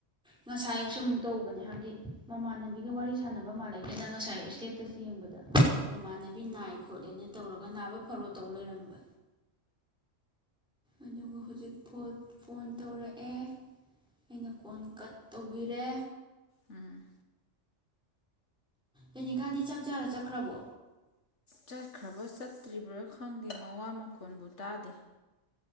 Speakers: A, in the centre; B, on the left.
A: ꯉꯁꯥꯏꯌꯨꯛꯁꯨ ꯑꯃꯨꯛ ꯇꯧꯕꯅꯤ ꯍꯥꯏꯕꯗꯤ ꯃꯃꯥꯟꯅꯕꯤꯒ ꯋꯥꯔꯤ ꯁꯥꯟꯅꯕ ꯃꯥꯜꯂꯩꯁꯤꯅ ꯉꯁꯥꯏ ꯏꯁꯇꯦꯠ ꯇꯁ ꯌꯦꯡꯕꯗ ꯃꯃꯥꯟꯅꯕꯤ ꯅꯥꯏ ꯈꯣꯠꯂꯦꯅ ꯇꯧꯔꯒ ꯅꯥꯕ ꯐꯔꯣ ꯇꯧ ꯂꯩꯔꯝꯕ ꯑꯗꯨꯒ ꯍꯧꯖꯤꯛ ꯐꯣ ꯐꯣꯟ ꯇꯧꯔꯛꯑꯦ ꯑꯩꯅ ꯀꯣꯟ ꯀꯠ ꯇꯧꯕꯤꯔꯦ
B: ꯎꯝ
A: ꯖꯦꯅꯤꯀꯥꯗꯤ ꯆꯥꯛ ꯆꯥꯔ ꯆꯠꯈ꯭ꯔꯕꯣ
B: ꯆꯠꯈ꯭ꯔꯕ꯭ꯔꯥ ꯆꯠꯇ꯭ꯔꯤꯕ꯭ꯔꯥ ꯈꯪꯗꯦ ꯃꯋꯥ ꯃꯈꯣꯟꯕꯨ ꯇꯥꯗꯦ